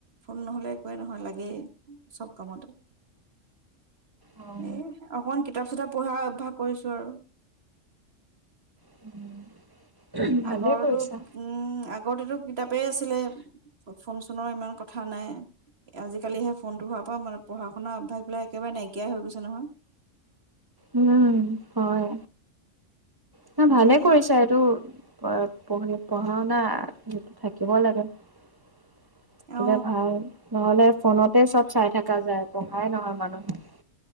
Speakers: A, on the right (about 50°); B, on the right (about 20°).
A: ফোন নহ'লে একোৱেই নহয় লাগেই চব কামতে
B: অ',
A: এহ অকণমান কিতাপ চিতাপ পঢ়া অভ্যাস, কৰিছো আৰু
B: সেইটোৱে ভালে
A: আগৰটো
B: কৰিছা।
A: উম আগ আগতেটো কিতাপেই আছিলে ফোন-চোনৰ ইমান কথা নাই আজিকালিহে ফোনটো হোৱাৰ পৰা মানে পঢ়া শুনাৰ অভ্যাসবিলাক একেবাৰে নাইকিয়াই হৈ গৈছে নহয়।
B: উম হয়! নহয় ভালে
A: তাকে
B: কৰিছা এইটো প পঢ়ি পঢ়া-শুনা থাকিব লাগে। থাকিলে
A: অ
B: ভাল নহ'লে ফোনতে চব চাই থাকা যায় পঢ়াই নহয় মানুহ,